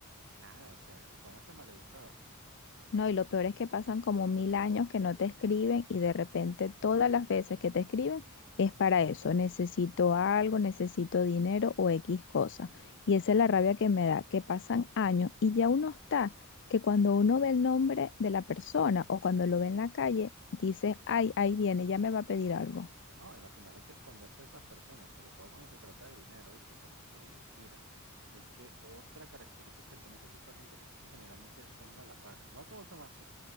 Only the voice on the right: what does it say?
Nada, o sea, son hasta maleducados. pues.
No, y al final hay que esconderse de esas personas, sobre todo cuando se trata de dinero, ¿viste? Porque, mira, es que otra característica que tiene ese tipo de gente es que generalmente son mala paga. No todos son así.